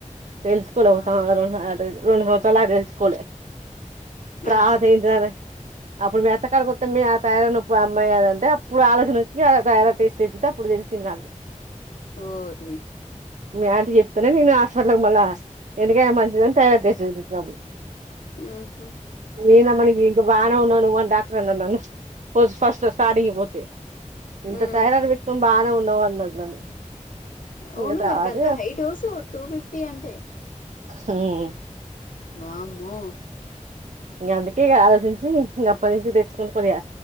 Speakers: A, on the right; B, on the left.
A: తెలుసుకోలే ఒక
B: అవును.
A: సంవసరం రెండు సంవసరం రోండు సంవత్సరాల దాక తెలుసుకోలే త్రవాత
B: ఆహా
A: ఏంటిదనే అప్పుడు మీ అత్తక్కడికొత్తే మీ ఆ థైరాయిడ్ నొప్పు అం మ్మాయి కాదు అంటే అప్పుడు ఆలోచన వచ్చి తరయడ్ టేస్ట్ చేపిత్తే అప్పుడు తెలిసిింది నాకు
B: ఓర్నీ
A: మీ ఆంటీ చెప్తనే నేను హాస్పాట్లకు మళ్ళా ఎందుకైన మంచిదని థైరాయిడ్ టెస్ట్
B: ఆహా
A: నేనా మన ఇంక బానే ఉన్నావ్ నువ్వు అని డాక్టర్ అన్నాడు నన్ను ఓస్ ఫస్ చొ సాడియి పోతే ఇంత
B: ఉమ్
A: థైరాయిడ్ పెట్టుకొని బాగానే ఉన్నావు అన్నడు నన్ను
B: అవును
A: ఇంకా తర్వాత
B: మర్గంత హై డోసు టూ ఫిఫ్టీ అంటే
A: ఉం
B: వామ్మో
A: ఇంగ అందుకే ఇగ ఆలోచించి ఇంగ అప్పటి నుంచి తెచ్చుకునుడు కొద్దిగా